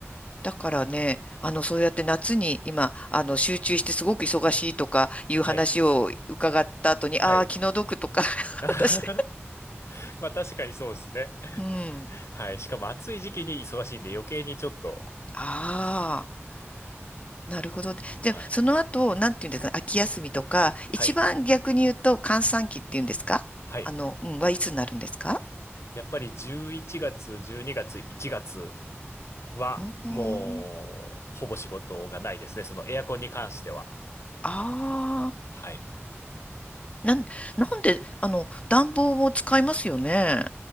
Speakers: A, on the left; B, on the left.
A: だからね、あの、そうやって夏に今、あの、集中してすごく忙しいとかいう話を伺った後に、
B: はい。はい。
A: ああ、気の毒とか、<laughs>
B: <laughs>
A: 私、
B: まあ確かにそうですね。
A: うん。
B: はい。しかも暑い時期に忙しいんで余計にちょっと。
A: ああ。なるほど。で、
B: はい。
A: その後、なんていうんですかね、秋休みとか、一番逆に言うと、
B: はい。
A: 閑散期っていうんですかあの、
B: はい。
A: うん、はいつになるんですか
B: やっぱり11月、12月、1月は、
A: おー
B: もう、ほぼ仕事がないですね。そのエアコンに関しては。
A: ああ、
B: はい。
A: なん、なんで、あの、暖房も使いますよね。